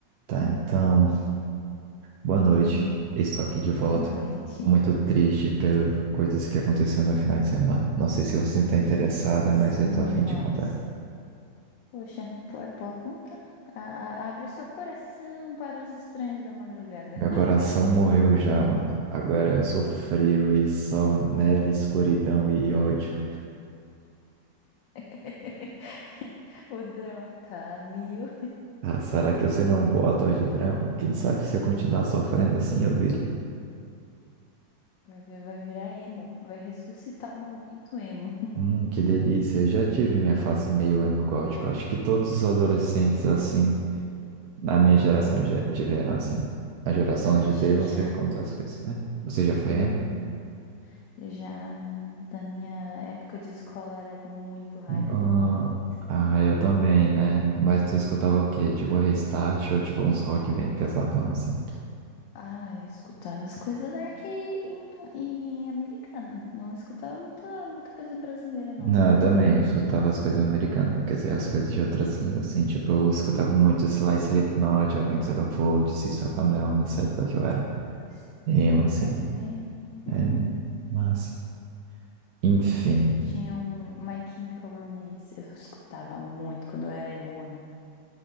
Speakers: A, on the right; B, on the left.
A: Tá, então, boa noite.
B: E aí,
A: Estou aqui de volta.
B: boa noite.
A: Muito triste pelas coisas que aconteceram no final de semana. Não sei se você
B: Aqui
A: está interessada,
B: estamos
A: mas eu tô a fim
B: nós.
A: de contar.
B: Poxa, pode, pode contar. A- a- abre o seu coração para os estranhos da madrugada.
A: Meu coração morreu já, mano. Agora eu sou frio e sol, neve, escuridão e ódio.
B: <laughs> O drama tá a mil.
A: Ah, será que eu serei um bom ator de drama? Quem sabe se eu continuar sofrendo assim eu vire.
B: Vai, vai- vai virar emo. Vai ressuscitar o movimento emo.
A: Hum, que delícia. Eu já tive minha face meio emo gótico. Acho que todos os adolescentes assim. Na minha geração já tiveram, assim. Na geração de
B: Acho
A: GT,
B: que
A: não
B: já.
A: sei quantas coisas. né? Você já foi
B: Uhum.
A: emo?
B: Já na, na minha época de escola era muito hype
A: Ah,
B: do momento.
A: ah, eu também, né? Mas tu escutava o quê? Tipo, Restart ou tipo uns rock bem pesadão, assim?
B: Ah, eu escutava as coisas dark em e americana. Não escutava muita, muita coisa brasileira, não.
A: Não, eu também escutava as coisas americanas, quer dizer, as coisas de outras línguas, assim. Tipo, eu escutava muito, sei lá, Slipknot, Avenged Sevenfold, System of a Down, nessa época que eu era
B: Isso.
A: emo, assim.
B: Eu também. Uhum.
A: É, mas, enfim.
B: Eu Tinha um My Chemical Romance. Eu escutava muito quando eu era emona.